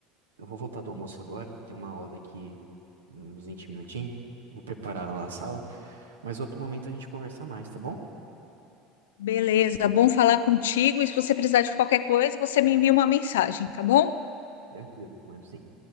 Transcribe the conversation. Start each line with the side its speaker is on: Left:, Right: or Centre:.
Right: eu vou voltar do almoço agora. Tem uma aula daqui uns 20 minutinhos. Vou preparar lá a sala. Mas outro momento a gente conversa mais, tá bom?
Left: Beleza, bom falar contigo. E se você precisar de qualquer coisa, você me envia uma mensagem, tá bom?
Right: Tranquilo, mando sim.